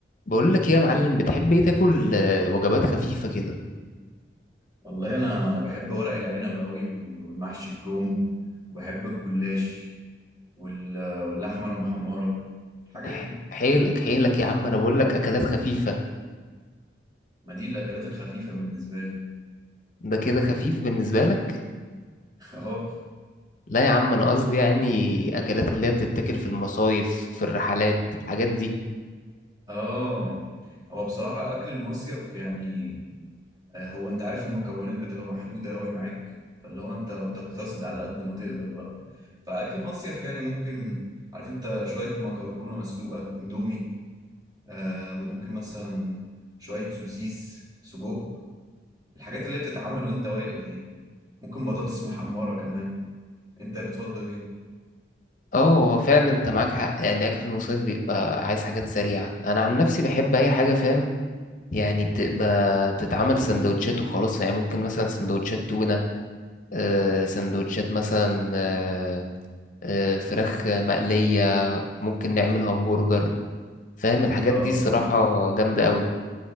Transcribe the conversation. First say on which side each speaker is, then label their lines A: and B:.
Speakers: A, on the left; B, on the right.
A: بقول لك ايه يا معلم بتحب ايه تاكل آه، وجبات خفيفة كده
B: والله انا انا بحب ورق العنب قوي والمحشي كرومب وبحب الجلاش وال- واللحمه المحمره الحاجات
A: ح-
B: دي
A: حيلك حيلك يا عم انا بقول لك اكلات خفيفة
B: ما دي الاكلات الخفيفه بالنسبه لي
A: ده كده خفيف بالنسبة لك
B: <laughs> اه
A: لا يا عم انا قصدي يعني اكلات اللي هي بتتاكل في المصايف في الرحلات الحاجات دي
B: اه هو بصراحه اكل المصيف يعني آه، هو انت عارف المكونات بتبقى محدوده قوي معاك فاللي هو انت بتقتصد على قد ما تقدر بقى فاكل مصيف يعني ممكن عارف انت شويه مكرونه مسلوقه اندومي آه ممكن مثلا شويه سوسيس سجق الحاجات اللي بتتعمل وانت واقف دي ممكن بطاطس محمرة كمان انت بتفضل ايه
A: اه هو فعلا انت معاك حق يعني اكل المصايف بيبقى عايز حاجات سريعة انا عن نفسي بحب اي حاجة فاهم يعني بتبقى بتتعمل سندوتشات وخلاص يعني ممكن مثلا سندوتشات تونة آه سندوتشات مثلا آه، آه، فراخ مقلية ممكن نعمل همبرجر فاهم الحاجات
B: اه
A: دي الصراحة جامدة قوي